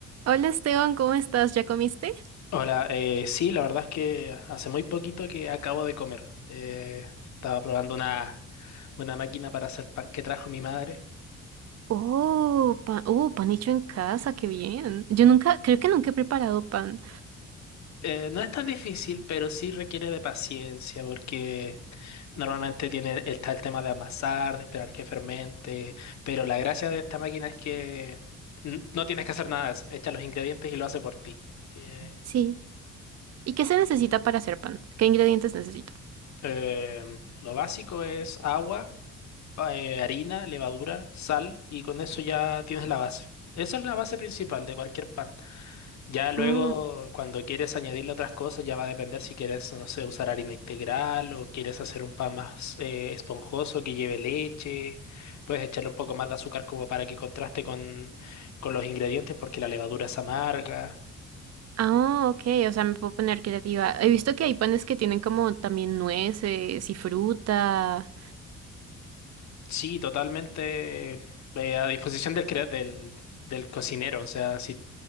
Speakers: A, on the right (about 55°); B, on the left (about 65°).
A: Hola Esteban, ¿cómo estás? ¿Ya comiste?
B: Hola, eh, sí, la verdad es que hace muy poquito que acabo de comer. Eh, estaba probando una, una máquina para hacer pan que trajo mi madre.
A: Oh, pan, oh, pan hecho en casa, qué bien. Yo nunca, creo que nunca he preparado pan.
B: Eh, no es tan difícil, pero sí requiere de paciencia porque normalmente tiene, está el tema de amasar, de esperar que fermente, pero la gracia de esta máquina es que n- no tienes que hacer nada de eso. Echa los ingredientes y lo hace por ti. Eh,
A: Sí. ¿Y qué se necesita para hacer pan? ¿Qué ingredientes necesito?
B: em, lo básico es agua pa- eh, harina, levadura, sal y con eso ya tienes la base. Esa es la base principal de cualquier pan. Ya luego,
A: Mm.
B: cuando quieres añadirle otras cosas, ya va a depender si quieres, no sé, usar harina integral o quieres hacer un pan más eh, esponjoso que lleve leche. Puedes echarle un poco más de azúcar como para que contraste con, con los ingredientes porque la levadura es amarga.
A: Ah, ok, o sea, me puedo poner creativa. He visto que hay panes que tienen como también nueces y fruta.
B: Sí, totalmente eh, a disposición del, crea- del, del cocinero. O sea, si